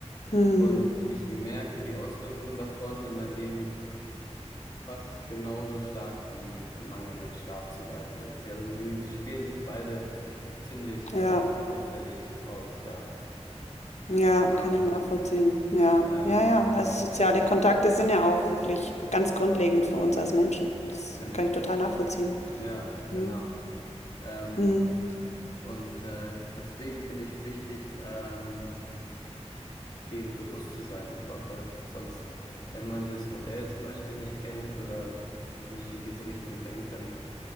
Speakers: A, on the left; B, on the left.
A: Mhm.
B: Und ich merke die Auswirkungen davon in meinem Leben fast genauso stark wie mangelnden Schlaf zum Beispiel. Die, also sie, die spielen sich beide ziemlich
A: Ja.
B: äh, auffällig aus, ja,
A: Ja,
B: genau.
A: kann ich nachvollziehen. Ja,
B: Ähm,
A: ja, ja. Also soziale Kontakte sind ja auch wirklich ganz grundlegend für uns als Menschen. Das
B: gen
A: kann ich total nachvollziehen.
B: ja, genau.
A: Hm.
B: Ähm,
A: Hm.
B: und äh, deswegen finde ich es wichtig, ähm, dem bewusst zu sein einfach, weil sonst, wenn man dieses Modell zum Beispiel nicht kennt oder nicht in diese Richtung denkt, dann